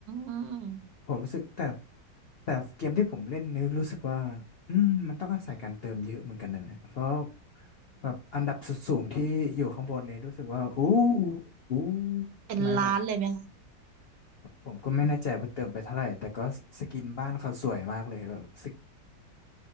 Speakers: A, on the right; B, on the left.
A: ม
B: ผมรู้สึกแต่แต่เกมที่ผมเล่นนี่รู้สึกว่าอืมมันต้องอาศัยการเติมเยอะเหมือนกันนั่นแหละเพราะแบบอันดับสุดสูงที่อยู่ข้างบนเนี่ยรู้สึกว่าอู้อู้
A: เป็นร้านเลยไหมคะ
B: ทำไมแบบผมก็ไม่แน่ใจว่าเติมไปเท่าไหร่แต่ก็สกินบ้านเขาสวยมากเลยแบบสก